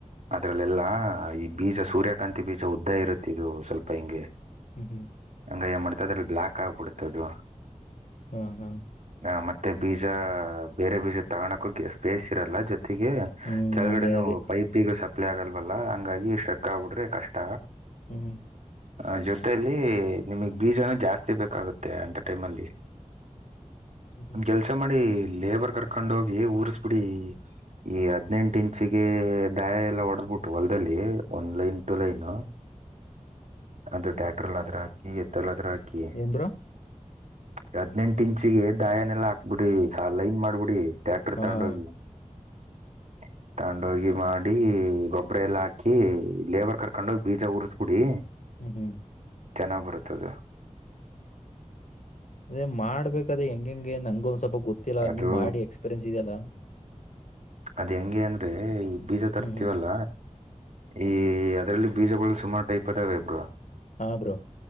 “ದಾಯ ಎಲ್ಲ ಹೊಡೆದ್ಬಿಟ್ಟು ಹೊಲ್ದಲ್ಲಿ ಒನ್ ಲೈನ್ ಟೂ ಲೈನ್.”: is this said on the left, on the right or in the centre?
Right